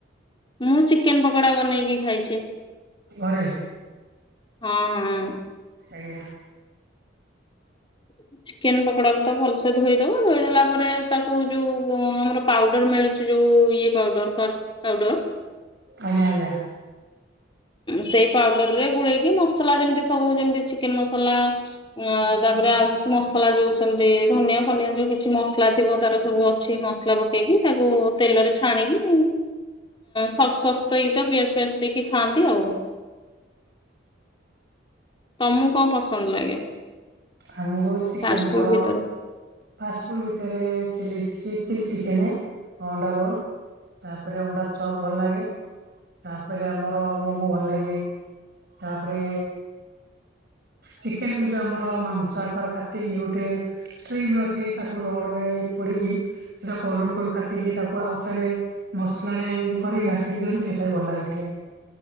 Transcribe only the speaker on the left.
ମୁଁ ଚିକେନ ପକୋଡା ବନେଇକି ଖାଇଛି
ହଁ ହଁ।
ହ ଚିକେନ ପକୋଡାକୁ ତ ଭଲସେ ଧୋଇଦବ ଧୋଇଦେଲା ପରେ ତାକୁ ଯୋଉ ଆମର ପାଉଡର ମିଳୁ ଛି ଯୋଉ ଇଏ ପାଉଡର କଷ୍ଟ ପାଉଡର
ସେଇ ପାଉଡର ରେ ଗୋଳେଇକି ମସଲା ଯେମିତି ସବୁ ଯେମିତି ଚିକେନ ମସଲା ଅ ତାପରେ ଆଉ କିଛି ମସଲା ଯୋଉଛନ୍ତି ଧନିଆ ଫନିଆ ଯୋଉ କିଛି ମସଲା ଥିବ ତାର ସବୁ ଅଛି ମସ ଲା ପକେଇକି ତାକୁ ତେଲରେ ଛାଣିକି ସକ୍ସ ଫକ୍ସ ଦେଇକି ତ ପିଆଜ ଫିଆଜ ଦେଇକି ଖାଆନ୍ତି ଆଉ ତମକୁ କଣ ପସନ୍ଦ ଲାଗେ
ଫାଷ୍ଟ ଫୁଡ
ଭିତରେ?